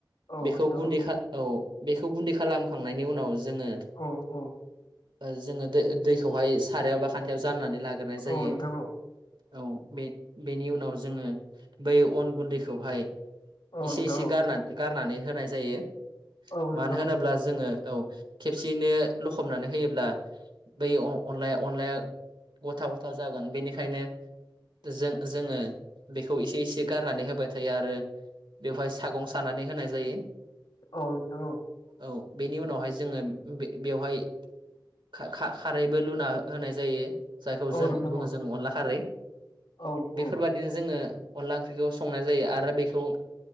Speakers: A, on the left (about 65°); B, on the right (about 75°).
A: औ
B: बेखौ
A: नोंथां
B: गुन्दै
A: औ
B: खा औ। बेखौ गुन्दै खालाम खांनायनि उनाव जोङो।
A: औ औ
B: ओ जोङो दैखौहाय सारायाव बा खान्थायाव जाननानै लाग्रोनाय जायो।
A: औ नोंथां
B: औ बे-बेनि उनाव जोङो बै अन गुन्दैखौहाय
A: औ
B: इसे
A: नोंथां
B: इसे
A: औ
B: गारना गारनानै होनाय जायो
A: औ नोंथां
B: मानो होनोब्ला जोङो। औ खेबसेयैनो लखबनानै होयोब्ला बै अ-अनलाया अनलाया। गथा गथा जागोन बेनिखायनो। जों जोङो बेखौ इसे इसे गारनानै होबाय थायो आरो। बेवहाय सागं सानानै होनाय जायो।
A: औ नोंथां औ।
B: औ बेनि उनावहाय जोङो बे-बेवहाय। खा-खा-खा-खारैबो लुना होनाय जायो। जायखौ
A: औ
B: जों
A: नोंथां
B: बुङो
A: औ
B: जों अनला खारै
A: औ
B: बेफोर
A: औ
B: बायदिनो जोङो। अनला ओंख्रिखौ संनाय जायो आरो बेखौ।